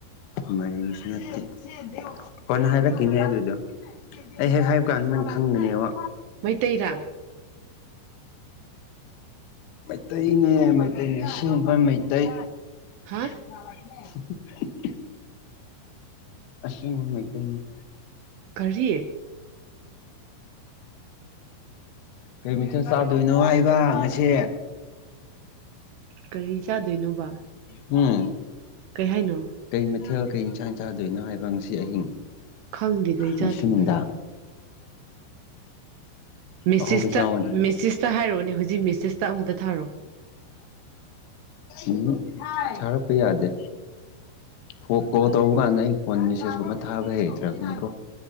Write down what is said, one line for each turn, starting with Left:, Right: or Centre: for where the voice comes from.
Left: ꯃꯔꯤꯡꯁꯨ ꯅꯠꯇꯦ ꯀꯣꯟꯅ ꯍꯥꯏꯔꯛꯈꯤꯅꯦ ꯑꯗꯨꯗꯣ ꯑꯩ ꯍꯦꯛ ꯍꯥꯏꯕ ꯀꯥꯟꯗ ꯅꯪ ꯈꯪꯕꯅꯦꯕ
Right: ꯃꯩꯇꯩꯔꯥ
Left: ꯃꯩꯇꯩꯅꯦ ꯃꯩꯇꯩꯅꯦ ꯑꯁꯦꯡꯕ ꯃꯩꯇꯩ
Right: ꯍꯥꯥ
Left: <unintelligible> ꯑꯁꯤꯡꯕ ꯃꯩꯇꯩꯅꯤ
Right: ꯀꯔꯤ
Left: ꯀꯩ ꯃꯊꯦꯜ ꯆꯥꯗꯣꯏꯅꯣ ꯍꯥꯏꯕ ꯉꯁꯦ
Right: ꯀꯔꯤ ꯆꯥꯗꯣꯏꯅꯣꯕ
Left: ꯍꯝ
Right: ꯀꯩ ꯍꯥꯏꯅꯣ
Left: ꯀꯩ ꯃꯊꯦꯜ ꯀꯩ ꯏꯟꯁꯥꯡ ꯆꯥꯗꯣꯏꯅꯣ ꯍꯥꯏꯕ ꯉꯁꯤ ꯑꯍꯤꯡ
Right: ꯈꯪꯗꯤ ꯀꯔꯤ ꯆꯥꯗꯨꯏꯅꫭ
Left: ꯉꯁꯤ ꯅꯨꯡꯗꯥꯡ
Right: ꯃꯦꯁꯤꯁꯇ
Left: ꯑꯍꯥꯎꯕ ꯆꯥꯎꯋꯣꯗꯅ
Right: ꯃꯦꯁꯤꯁꯇ ꯍꯥꯏꯔꯛꯑꯣꯅꯦ ꯍꯧꯖꯤꯛ ꯃꯦꯁꯦꯁꯇ ꯑꯃꯝꯇ ꯊꯥꯔꯛꯑꯣ
Left: ꯎꯝ ꯊꯔꯛꯄ ꯌꯥꯗꯦ ꯐꫭꯜ ꯀꯣꯜ ꯇꯧꯕ ꯀꯥꯟꯗ ꯑꯩ ꯐꯣꯟ ꯃꯦꯁꯦꯁ ꯀꯨꯝꯕ ꯊꯥꯕ ꯍꯩꯇ꯭ꯔꯕꯅꯤꯀꯣ